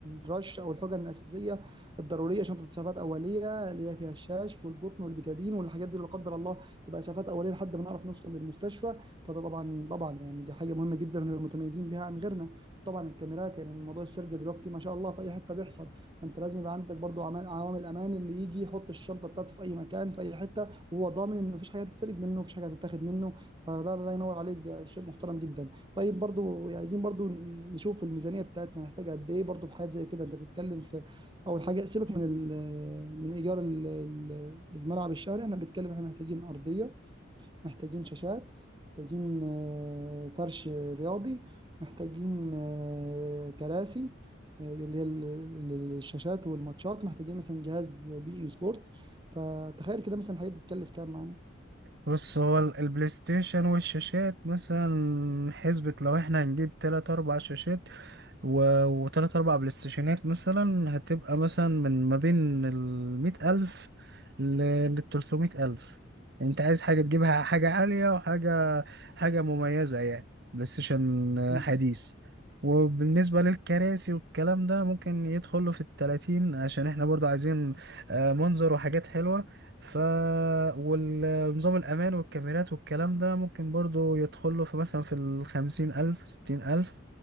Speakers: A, on the right (about 25°); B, on the right (about 55°).
A: الرش أو الحقن الأساسية الضرورية شنطة إسعافات أولية اللي هي فيها الشاش والقطن والبتادين والحاجات دي لا قدر الله تبقى إسعافات أولية لحد ما نعرف نوصل للمستشفى فده طبعا طبعا يعني دي حاجة مهمة جدا ونبقى متميزين بيها عن غيرنا طبعا الكاميرات يعني موضوع السرقة دلوقتي ما شاء الله في أي حتة بيحصل فانت لازم يبقى عندك برضو عمان- عوامل امان اللي يجي يحط الشنطه بتاعته في اي مكان في اي حته وهو ضامن ان مفيش حاجه هتتسرق منه مفيش حاجه هتتاخد منه فده الله ينور عليك ده شيء محترم جدا طيب برضو عايزين برضو نشوف الميزانيه بتاعتنا هنحتاج قد ايه برضو في حاجات زي كده انت بتتكلم في اول حاجه سيبك من ال- من ايجار ال- ال- الملعب الشهري انا بتكلم احنا محتاجين ارضيه محتاجين شاشات محتاجين آه، فرش رياضي محتاجين آه، كراسي آه، اللي هي ال- ال- الشاشات والماتشات محتاجين مثلا جهاز بي ان سبورت فتخيل كده مثلا الحاجات دي تكلف كام معانا
B: بص هو ال- البلاي ستيشن والشاشات مثلا حسبة لو احنا هنجيب تلات اربع شاشات و... وتلات أربع بلاي ستيشنات مثلا هتبقى مثلا من ما بين المية ألف للتلتمية ألف أنت عايز حاجة تجيبها حاجة عالية وحاجة حاجة مميزة يعني بلاي ستيشن
A: مم.
B: حديث وبالنسبة للكراسي والكلام ده ممكن يدخله في التلاتين عشان احنا برضو عايزين آه، منظر وحاجات حلوة ف والنظام الأمان والكاميرات والكلام ده ممكن برضو يدخله في مثلا في الخمسين ألف ستين ألف